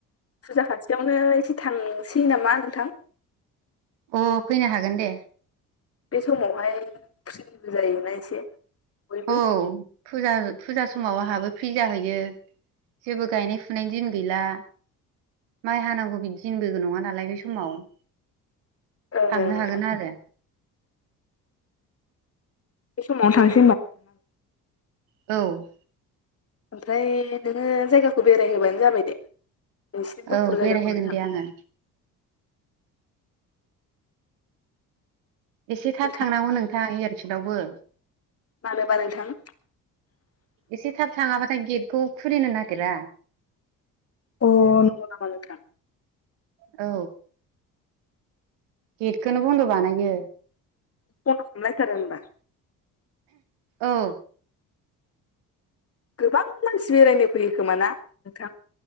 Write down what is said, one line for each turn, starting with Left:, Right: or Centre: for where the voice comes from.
Left: फुजा खाथियावनो एसे थांसै नामा नोंथां
Right: अ फैनो हागोन दे।
Left: बे समावहाय फ्रिबो जायोना एसे। बयबो
Right: औ फुजा फुजा समाव आहाबो फ्रि जाहैयो जेबो गायनाय फुनायनि दिन गैला। माइ हानांगौ बिदि दिनबो नङा नालाय बे समाव।
Left: ओं
Right: थांनो
Left: ओं नोंथां
Right: हागोन आरो
Left: ओं। बे समावनो थांस
Right: औ
Left: ओमफ्राय नोङो जायगाखौ बेरायहोबानो जाबाय दे। नोंसिनि गुफुर
Right: औ बेरायहोगोन
Left: जायगाखौ नोंथां
Right: दे आङो। एसे थाब
Left: नोंथां
Right: थांनांगौ नोंथां एयारफिल्डआवबो।
Left: मानोबा नोंथां
Right: एसे थाब थाङाबाथाय गेटखौ खुलिनो नागिरा।
Left: अ नंगौ नामा नोंथां
Right: औ गेटखोनो बन्द' बानायो।
Left: बन्द' खालाम लायथारो होमबा
Right: औ
Left: गोबां मानसि बेरायनो फैयो खोमा ना नोंथां